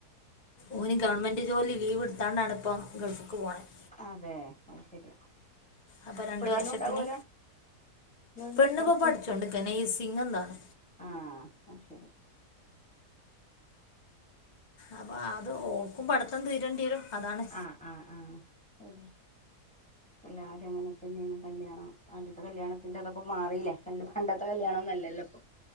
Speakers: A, on the left; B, in the centre.
A: ഓന് ഗവൺമെന്റ് ജോലി ലീവ് എടുത്താണ്ടാണ് ഇപ്പം ഗൾഫിക്ക് പോണത്
B: അതെ അ ശരി
A: അപ്പോൾ രണ്ട്
B: പെണ്ണിനും
A: വർഷത്തിന്
B: ഉണ്ടാവോലോ ജോലി
A: പെണ്ണിപ്പോൾ
B: പഠിക്ക
A: പഠിച്ചോണ്ടിരിക്കുക നേഴ്സിംഗ് എന്താണ്
B: ആഹ് ആ ശരി
A: അപ്പൊ അത് ഓ ഓക്കും പഠിത്തം തീരേണ്ടി വരും അതാണ്
B: ആഹ് ആഹ് ആഹ് ശര്യാ എല്ലാവരും അങ്ങനെ തന്നെയാണ് കല്യാണം ആദ്യത്തെ കല്യാണത്തിന്റെ അതൊക്കെ മാറിയില്ലേ പണ്ട് പണ്ടത്തെ കല്യാണംന്നല്ലല്ലോ ഇപ്പൊ